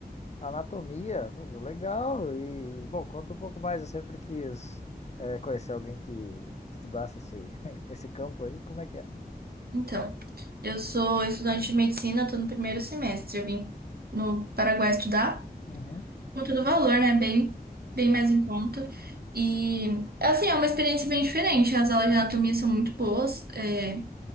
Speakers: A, on the left; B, on the right.
A: Anatomia, pô, legal. E, bom, conta um pouco mais. Eu sempre quis é, conhecer alguém que estudasse esse, <laughs> esse campo aí. Como é que é?
B: Então, eu sou estudante de medicina, tô no primeiro semestre. Eu vim no Paraguai estudar.
A: Uhum,
B: conta do valor, né? Bem, bem
A: sim.
B: mais em conta. E, assim, é uma experiência bem diferente. As aulas de anatomia são muito boas. É,